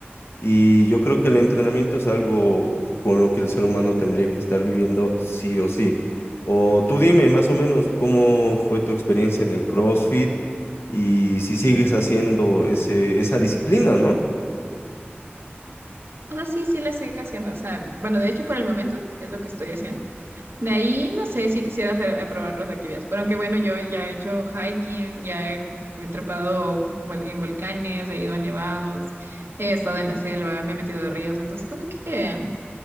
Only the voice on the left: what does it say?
Y yo creo que el entrenamiento es algo con lo que el ser humano tendría que estar viviendo sí o sí. O tú dime más o menos cómo fue tu experiencia en el CrossFit y si sigues haciendo ese, esa disciplina, ¿no?